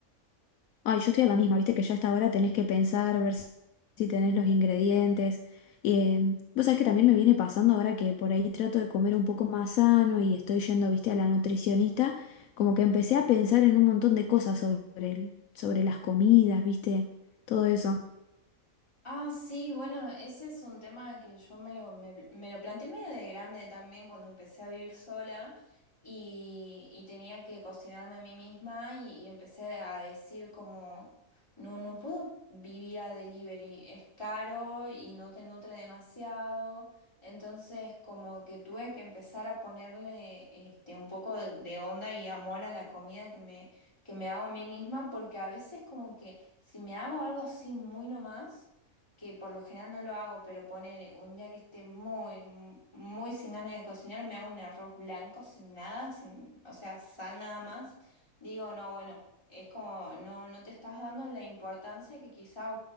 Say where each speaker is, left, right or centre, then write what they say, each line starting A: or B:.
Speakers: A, on the left (about 75°); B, on the left (about 20°).
A: Ay, yo estoy a la misma, viste que ya hasta ahora tenés que pensar, ver si si tenés los ingredientes. Y, eh, vos sabés que también me viene pasando ahora que por ahí trato de comer un poco más sano y estoy yendo, viste, a la nutricionista, como que empecé a pensar en un montón de cosas sobre el- sobre las comidas, viste, todo eso.
B: Ah, sí, bueno, ese es un tema que yo me lo, me, me lo planteé medio de grande también cuando empecé a vivir sola y, y tenía que cocinarme a mí misma y, y empecé a decir como, no, no puedo vivir a delivery, es caro y no te nutre demasiado, entonces como que tuve que empezar a ponerle este, un poco de, de onda y amor a la comida que me, que me hago a mí misma porque a veces como que si me hago algo así muy nomás, que por lo general no lo hago, pero ponele un día que esté muy, mu- muy sin ganas de cocinar, me hago un arroz blanco sin nada, sin, o sea, sal nada más. Digo, no, bueno, es como, no, no te estás dando la importancia que quizá